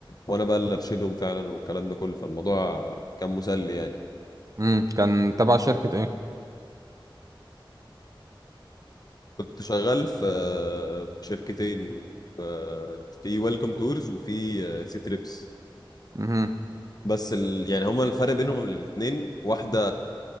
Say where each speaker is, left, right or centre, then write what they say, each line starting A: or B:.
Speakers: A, on the left; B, on the right.
A: وانا بقى اللي ارشدهم فعلا والكلام ده كله فالموضوع كان مسلي يعني
B: امم كان تبع شركه ايه
A: كنت شغال في في شركتين في في ويلكم تورز وفي سي تريبس
B: امم
A: بس ال... يعني هما الفرق بينهم الاثنين واحدة